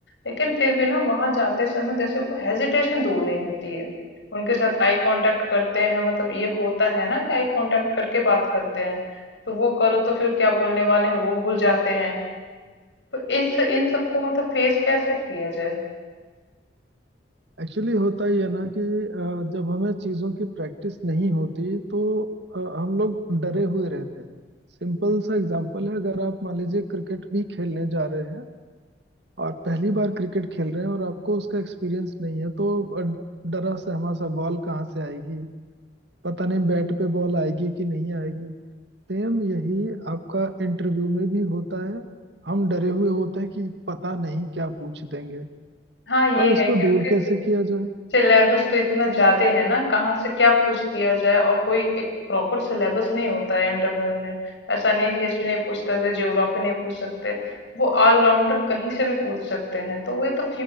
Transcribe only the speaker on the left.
लेकिन फिर भी ना वहां जाते समय जैसे वो हेजिटेशन दूर नहीं होती है। उनके साथ आई कांटेक्ट करते हैं, मतलब ये होता है ना कि आई कांटेक्ट करके बात करते हैं, तो वो करो तो फिर क्या बोलने वाले हैं वो भूल जाते हैं। तो इस इन सबको मतलब फेस कैसे किया जाए?
हाँ, ये
है क्योंकि
सिलेबस तो इतना ज्यादा है ना कहाँ से क्या पूछ दिया जाए और कोई एक प्रॉपर सिलेबस नहीं होता है इंटरव्यू में ऐसा नहीं है कि हिस्ट्री नहीं पूछ सकते ज्योग्राफी नहीं पूछ सकते वो ऑलराउंडर कहीं से भी पूछ सकते हैं तो वो तो